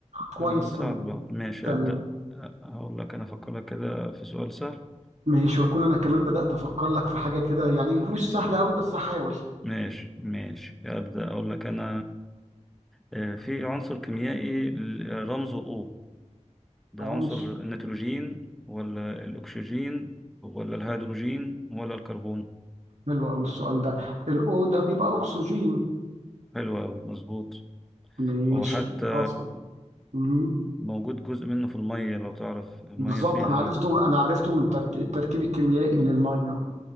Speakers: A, on the right; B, in the centre.
A: كويس
B: يعني هنساعد
A: قوي
B: بعض ماشي
A: تمام
B: أبدأ أ- هقول لك انا افكر لك كده في سؤال سهل
A: ماشي وأكون أنا كمان بدأت أفكر لك في حاجة كده يعني مش
B: م-
A: سهلة قوي بس هحاول
B: ماشي ماشي أبدأ اقول لك انا آه، في عنصر كيميائي ل- آه، رمزه O بعنصر
A: عنصر
B: النيتروجين ولا الأكسجين ولا الهيدروجين ولا الكربون
A: حلو قوي السؤال ده الأو ده بيبقى أكسجين
B: حلو أوي مظبوط
A: ماشي
B: هو حتى
A: حصل مهم.
B: موجود جزء منه في المية لو تعرف المية
A: بالظبط
B: فيها
A: أنا عرفته أنا عرفته من ترك- التركيب الكيميائي للمية